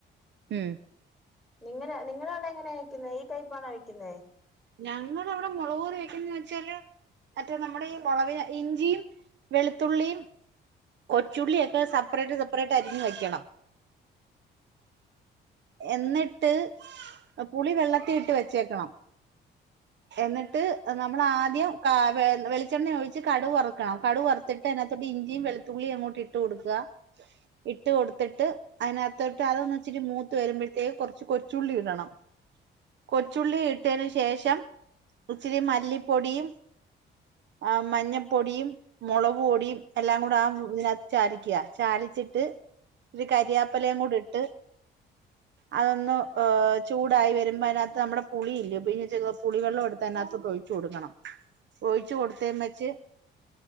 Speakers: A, on the right; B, in the centre.
A: ഉം
B: നിങ്ങെനെ നിങ്ങള അവിടെ എങ്ങനെയാ വെക്കുന്നേ ഈ ടൈപ്പാണോ വെയ്ക്കുന്നേ
A: ഞങ്ങളവിടെ മുളക് കറി വയ്കുന്നന്ന് വെച്ചാല് മറ്റേ നമ്മുടെ ഈ മുളവിനെ ഇഞ്ചിയും വെളുത്തുള്ളിയും കൊച്ചുള്ളി ഒക്കെ സപ്പ്റേറ്റ് സപ്പ്റേറ്റ് അരിഞ്ഞു വയ്ക്കണം. എന്നിട്ട് പുളി വെള്ളത്തി ഇട്ട് വെച്ചേക്കണം എന്നിട്ട് നമ്മള് ആദ്യം കാ വെ വെളിച്ചെണ്ണ ഒഴിച്ച് കടുക് വറുക്കണം. കടുക് വറുത്തിട്ട് അതിനകത്തോട്ട് ഇഞ്ചിയും വെളുത്തുള്ളിയും അങ്ങോട്ട് ഇട്ട് കൊടുക്കുക. ഇട്ട് കൊടുത്തിട്ട് അതിനകത്തോട്ട് അതൊന്നിച്ചിരി മൂത് ത്ത് വരുമ്പഴ്ത്തേ കുറച്ച് കൊച്ചുള്ളി ഇടണം. കൊച്ചുള്ളി ഇട്ടേന് ശേ ശേഷം ഇച്ചിരി മല്ലിപ്പൊടിയും ആ മഞ്ഞപ്പൊടിയും മുളകുപൊടി ടിയും എല്ലാം കൂടെ ആ ഇതിനകത്ത് ചാലിക്ക്യ ചാലിച്ചിട്ട് ഒരു കരിയാപ്പലയും കൂട ഇട്ട് അതൊന്നു ഓ ചൂടായി വരുമ്പോ അതിനകത്ത് നമ്മുട പുളിയില്ല്യോ പി <unintelligible> പുളിവെള്ളോ എടുത്ത് അതിനകത്തക്ക് ഒഴിച്ചു കൊടുക്കണം. ഒഴിച്ചു കൊടുത്തേമെച്ച്